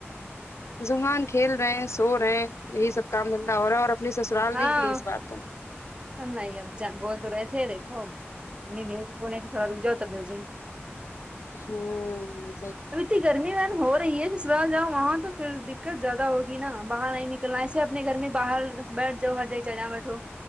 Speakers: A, on the left; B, on the right.
A: زوہان کھیل رہے ہیں سو رہے ہیں یہی سب کام دھندا ہو رہا ہے اور اپنی سسرال
B: ہاں
A: نہیں گئی اس بار تو
B: ہم نہیں اب جان بول تو رہے تے رہے کہو اتنی دیر تھوڑی روک جاؤ سمجھ ہی نہیں
A: ہمم
B: اب اتنی گرمی بہن ہو رہی ہے سسرال جاؤ وہاں تو پھر دقت زیادہ ہوگی ہنا باہر نہیں نکلنا ایسے اپنے گھر میں باہر بیٹھ جاؤ ہر ہر جگہ بیٹھو